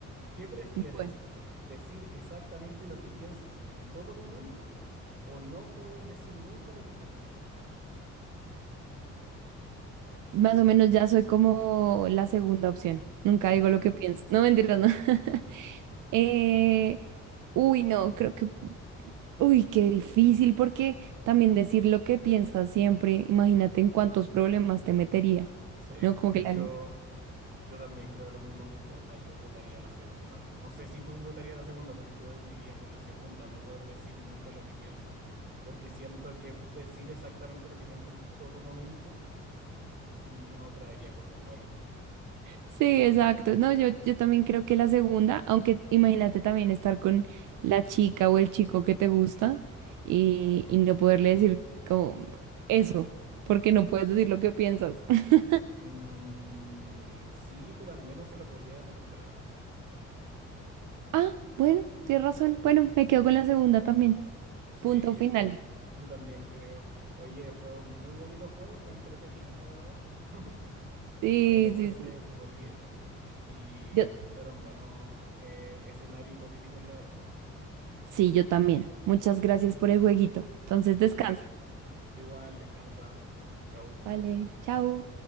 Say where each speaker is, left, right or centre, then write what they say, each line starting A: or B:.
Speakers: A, on the right; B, on the right.
A: ¿Qué prefieres?
B: Bueno.
A: ¿Decir exactamente lo que piensas en todo momento o no poder decir nunca lo que piensas?
B: Más o menos ya soy como la segunda opción. Nunca
A: Sí,
B: digo lo que pienso. No, mentira, no. <laughs> Eh, uy, no, creo que... Uy, qué difícil, porque también decir lo que piensas siempre, imagínate en cuántos problemas te metería,
A: sí.
B: ¿no? Como
A: Yo,
B: que la...
A: yo también creo lo mismo que tú. O sea, yo votaría la segunda. No sé si tú votarías la segunda, pero yo me iría por la segunda, no poder decir nunca lo que piensas. Porque siento que decir exactamente lo que pienso en todo momento mm, no traería cosas buenas.
B: Sí, exacto. No, yo, yo también creo que la segunda, aunque imagínate también estar con la chica o el chico que te gusta y, y no poderle decir como eso, porque no puedes decir lo que piensas. <laughs>
A: Mm, sí, pero al menos se lo podría demostrar.
B: Ah, bueno, tienes razón. Bueno, me quedo con la segunda también.
A: Sí,
B: Punto
A: yo,
B: final.
A: yo también creo. Oye, fue un muy bonito juego, fue entretenido, la verdad. <laughs>
B: Sí,
A: Me lo pasé
B: sí, sí.
A: súper bien y
B: Yo,
A: fueron buenos eh, escenarios hipotéticos, la verdad.
B: sí, yo también. Muchas gracias por el jueguito. Entonces descansa.
A: Tú igual, descansa. Chau.
B: Vale, chao.